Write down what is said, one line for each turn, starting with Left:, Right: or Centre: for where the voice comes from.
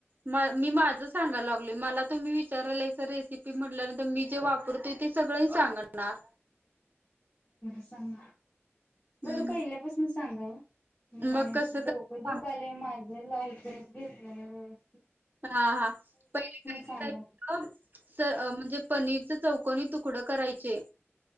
Right: म मी माझ सांगायला लागल मला तुम्ही विचारायला रेसिपी म्हटल्यानंतर मी जे वापरतो ते सगळ सांगणार.
Left: सांना जर
Right: हम्म हम्म
Left: पहिल्यापासून सांगा ओ. मण
Right: मग कसं
Left: डोकं
Right: क सांगू
Left: धुकालय माझं लाईट जनप अस
Right: हा हा पहिली
Left: सांगा
Right: म्हणजे पनीर चौकनी तुकडं करायचे.